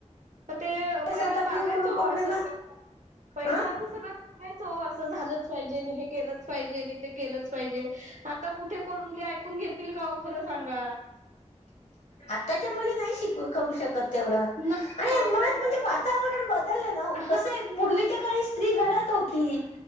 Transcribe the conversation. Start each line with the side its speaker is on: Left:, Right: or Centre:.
Right: मग ते पहिलं
Left: सात आपली
Right: चालायचं
Left: गुरु पौर्णिमा
Right: हो असं, पहिलं
Left: अं
Right: असं सगळं चा नाहीच हो असं झालंच पाहिजे. आणि हे केलंच पाहिजे आणि ते केलंच पाहिजे. आता कुठे कोण मुली ऐकून घेतील का ओ खरं सांगा.
Left: आताच्या मुली नाही शिक करू शकत तेवढं.
Right: नाही
Left: आणि
Right: ओ
Left: मुळात
Right: कारण त्यांच
Left: म्हणजे वाताव वातावरण बदलं ना ओ कसाय
Right: हा
Left: पूर्वीच्या काळात आ स्त्री घरात होती.